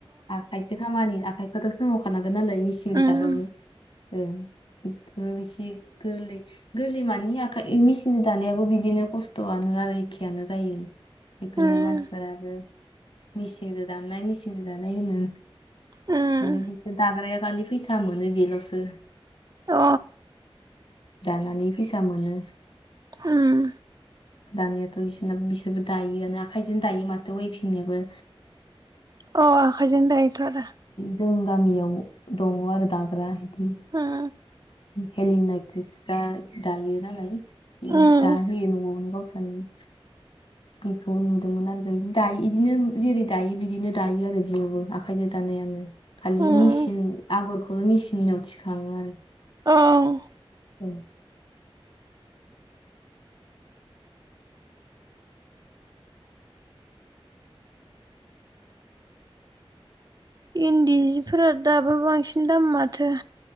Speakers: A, on the left; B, on the right.
A: आखाइसो खामानि आखाइखौथ' सोसावखानांगोन नालाय मेसिनजों
B: उम
A: दाबाबो। ओं। इसे गोरलै-गोरलै मानि आखाइ मेसिन दानायाबो बिदिनो खस्त'आनो। आरो एखेयानो जायो। बेखोनो
B: उम
A: मानसिफोरा आरो मेचिनजों दानाय-मेचिनजों दानाय होनो।
B: उम
A: माने बिसोर दाग्राया खालि फैसा मोनो बेल'सो।
B: अ।
A: दानानै फैसा मोनो।
B: ओम।
A: दानायाथ' बिसोरना-बिसोरबो दायोआनो आखाइजों दायो माथो वैभिंनाबो।
B: अ! आखायजों दायोथ' आरो।
A: जों गामियाव दङ' आरो दाग्रा इदि।
B: उम
A: हेलिना एक्ट्रिसा दायो नालाय इ
B: उम
A: दाहोयो न'आवनो गाव। साननि। बेखौ नुदोंमोन आरो जों इदि दायो इदिनो जेरै दायो दायो दायो आरो बियावबो आखाइजों दायो। खालि
B: उम
A: मेचिनि आगरखौल' मेसिननिनाव थिखाङो आरो।
B: औ।
A: औ‌
B: इन्दि जिफोरा दाबो बांसिन दाम माथो।